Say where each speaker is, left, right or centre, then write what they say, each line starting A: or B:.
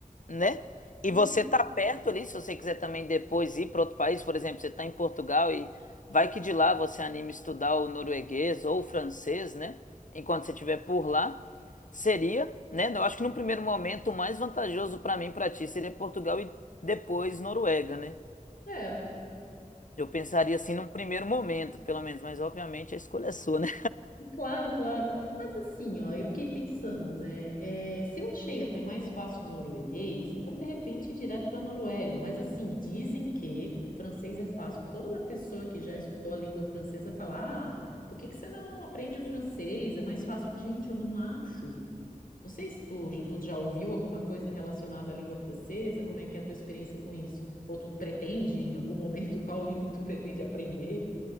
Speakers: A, on the left (about 70°); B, on the left (about 85°).
A: né? E
B: Uhum.
A: você tá perto ali, se você quiser também depois ir para outro país, por exemplo, você tá em Portugal e vai que de lá você anime estudar o norueguês ou o francês, né? Enquanto você estiver por lá. Seria, né? Eu acho que no primeiro momento o mais vantajoso para mim, e para ti, seria Portugal e depois Noruega, né?
B: É.
A: Eu pensaria assim num primeiro momento, pelo menos, mas obviamente a escolha é sua, né?
B: Claro, claro. Mas assim, ó, eu fiquei pensando, né? eh, se eu achei até mais fácil o norueguês, então de repente ir direto para a Noruega. Mas assim, dizem que francês é fácil. Toda pessoa que já estudou a língua francesa fala: ah, por que que você não aprende o francês? É mais fácil. Gente, eu não acho. Não sei se tu, já- tu já ouviu alguma coisa relacionada à língua francesa, como é que é a tua experiência com isso? Ou tu pretende, em algum momento, <laughs> qual língua que tu pretende aprender?